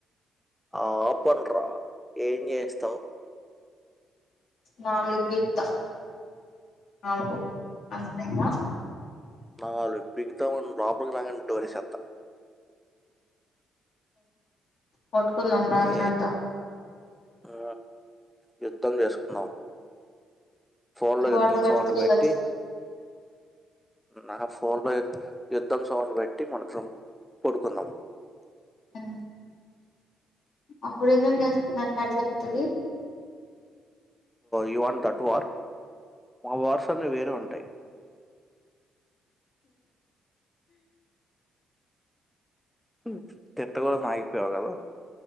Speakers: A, in the centre; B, on the left.
A: ఆపండ్రా ఏం చేస్తావ్
B: నాలుగు బీక్ తా నాలుగు అర్ధం అయ్యింద
A: మా వాళ్లు బిగతా వాళ్ళు లోపలికి రాగానే డోర్ వేసేస్తా
B: కొట్టుకుందాం రాత్రంతా
A: ఏ ఆ యుద్ధం చేసుకుందాం ఫోన్ లో
B: వరల్డ్
A: యుద్ధం
B: వార్
A: సౌండ్
B: త్రీ
A: బట్టి
B: వచ్చింది
A: నా ఫోన్ యుద్ధం సౌండ్ పెట్టి కొంచెం పడుకుందాం
B: అ అప్పుడు ఏదం చేస్తుకున్న ఎట్లా అయితది
A: యువాన్ దట్వార్ మావర్స్ న్న వేరే ఉంటాయి హ తిట్టుకుడదు అని ఆగిపోయావ్ కదా